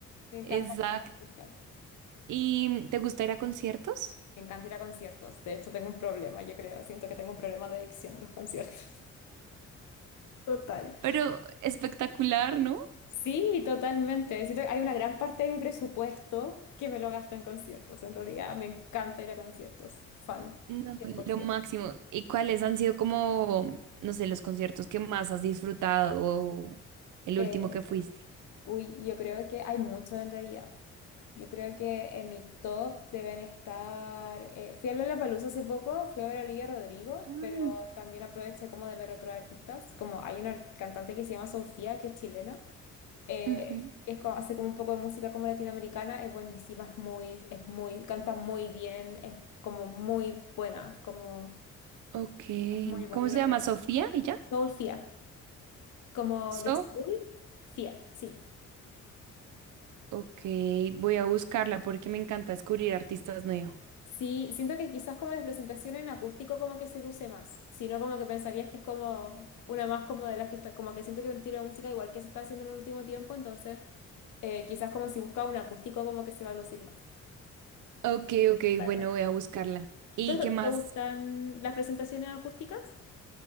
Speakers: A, on the left; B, on the right.
A: Me encanta,
B: exacto.
A: lo voy a escuchar.
B: ¿Y mm, te gusta ir a conciertos?
A: Me encanta ir a conciertos. De hecho, tengo un problema, yo creo. Siento que tengo un problema de adicción a los conciertos. <laughs> Total.
B: Pero espectacular, ¿no?
A: Sí, totalmente. Siento que hay una gran parte de mi presupuesto que me lo gasto en conciertos. En realidad, me encanta ir a conciertos. Fan,
B: No,
A: 100%.
B: lo máximo. ¿Y cuáles han sido como, no sé, los conciertos que más has disfrutado o el
A: Eh,
B: último que fuiste?
A: uy, yo creo que hay mucho en realidad. Yo creo que en mi top deben estar... eh, fui a Lollapalooza hace poco, fui a ver a Olivia Rodrigo,
B: Ah,
A: pero también aproveché como de ver otros artistas. Como hay una cantante que se llama Sofía, que es chilena. eh,
B: ujú,
A: es como, hace como un poco de música como latinoamericana, es buenísima, es muy, es muy, canta muy bien, es como muy buena, como
B: Ok.
A: es muy buena
B: ¿Cómo se
A: lo
B: llama?
A: que hace.
B: ¿Sofía? ¿Y ya?
A: Soul Fia, como
B: So.
A: de Soul Fia, sí.
B: Ok, voy a buscarla porque me encanta descubrir artistas nuevos.
A: Sí, siento que quizás como de presentación en acústico como que se luce más, sino como que pensarías que es como una más como de las que está, como que siento que es un estilo de música igual que se está haciendo en el último tiempo, entonces eh, quizás como si buscaba un acústico como que se va a lucir más.
B: Ok, ok,
A: Totalmente.
B: bueno, voy a buscarla. ¿Y
A: Entonces,
B: qué más?
A: ¿te gustan las presentaciones acústicas?